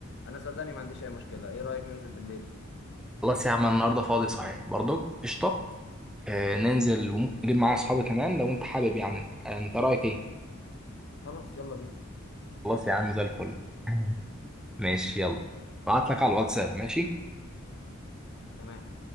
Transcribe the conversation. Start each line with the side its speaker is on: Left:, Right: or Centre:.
Left: انا صدقني ما عنديش اي مشكلة ايه رأيك ننزل بالليل
Centre: خلاص يا عم أنا النهارده فاضي صحيح برضك قشطه آه ننزل وممكن اجيب معايا اصحابي كمان لو انت حابب يعني آه، انت رايك ايه
Left: خلاص يلا بينا
Centre: خلاص يا عم زي الفل <laughs> ماشي يلا بعت لك على الواتساب ماشي
Left: تمام